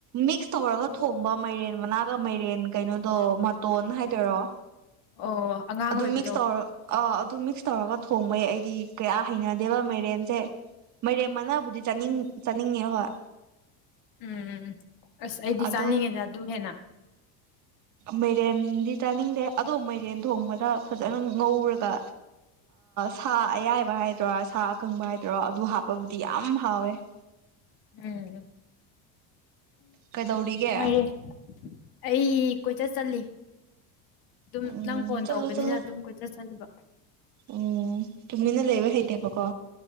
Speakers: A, on the right (about 45°); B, on the left (about 55°).
A: ꯃꯤꯛꯁ ꯇꯧꯔꯒ ꯊꯣꯡꯕ ꯃꯥꯏꯔꯦꯟ ꯃꯅꯥꯒ ꯃꯥꯏꯔꯦꯟ ꯀꯩꯅꯣꯗꯣ ꯃꯇꯣꯟ ꯍꯥꯏꯗꯣꯏꯔꯣ
B: ꯑꯣ ꯑꯉꯥꯡ
A: ꯑꯗꯨ
B: ꯑꯣꯏꯕꯗꯣ
A: ꯃꯤꯛꯁ ꯇꯧꯔ ꯑ ꯑꯗꯨ ꯃꯤꯛꯁ ꯇꯧꯔꯒ ꯊꯣꯡꯕꯩ ꯑꯩꯗꯤ ꯀꯌꯥ ꯍꯩꯅꯗꯦꯕ ꯃꯥꯏꯔꯦꯝꯁꯦ ꯃꯥꯏꯔꯦꯝ ꯃꯅ ꯗꯤ ꯆꯥꯅꯤꯡ ꯆꯥꯅꯤꯡꯉꯦ ꯍꯣꯏ
B: ꯎꯝꯝ ꯑꯁ ꯑꯩꯗꯤ
A: ꯑꯗꯣ
B: ꯆꯥꯅꯤꯡꯉꯤꯗ ꯑꯗꯨ ꯍꯦꯟꯅ
A: ꯃꯥꯏꯔꯦꯟꯗꯤ ꯆꯥꯅꯤꯡꯗꯦ ꯑꯗꯣ ꯃꯥꯏꯔꯦꯟ ꯊꯣꯡꯕꯗ ꯐꯖꯅ ꯉꯧꯔꯒ ꯁꯥ ꯑꯌꯥꯏꯕ ꯍꯥꯏꯗꯔꯥ ꯁꯥ ꯑꯀꯪꯕ ꯍꯥꯏꯗꯔꯥ ꯑꯗꯨ ꯍꯥꯞꯄꯕꯨꯗꯤ ꯌꯥꯝ ꯍꯥꯎꯋꯦ <inaudible>
B: ꯎꯝ
A: ꯀꯩꯗꯧꯔꯤꯒꯦ
B: ꯃꯔꯦ ꯑꯩ ꯀꯣꯏꯆꯠ ꯆꯠꯂꯤ ꯑꯗꯨꯝ
A: ꯎꯝ
B: ꯅꯪ ꯐꯣꯟ
A: ꯆꯠꯂꯨ
B: ꯇꯧꯕꯅꯤꯅ
A: ꯆꯠꯂꯨ
B: ꯑꯗꯨꯝ ꯀꯣꯏꯆꯠꯁꯜꯂꯤꯕ
A: ꯎꯝ ꯇꯨꯃꯤꯅ ꯂꯩꯕ ꯍꯩꯇꯦꯕꯀꯣ